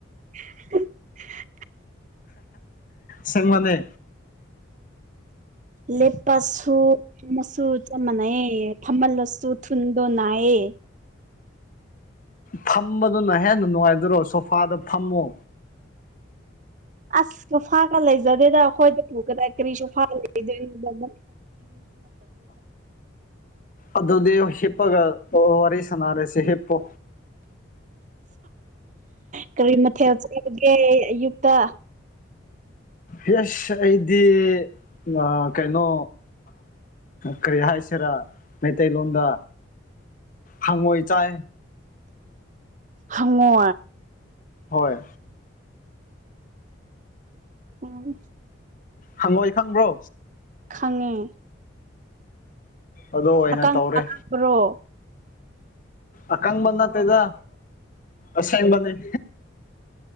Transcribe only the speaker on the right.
<inaudible> <unintelligible>
ꯂꯦꯞꯄꯁꯨ ꯃꯆꯨ ꯆꯞ ꯃꯥꯟꯅꯩꯌꯦ ꯐꯝꯃꯜꯂꯁ ꯆꯠ ꯊꯨꯟꯗ ꯅꯑꯌꯦ
ꯑꯁꯁꯨꯐꯥꯒ ꯂꯩꯖꯗꯦꯗ ꯑꯩꯈꯣꯏꯗ ꯄꯨꯀꯗ ꯀꯔꯤꯁꯨꯨꯐꯥꯒ ꯂꯩꯗꯣꯏ
ꯀꯔꯤ ꯃꯊꯦꯜ ꯆꯒꯦ ꯑꯌꯨꯛꯇ
ꯍꯉꯣ
ꯎꯝ
ꯈꯪꯉꯦ
ꯑꯀꯪ
ꯑꯀꯪꯕꯔꯣ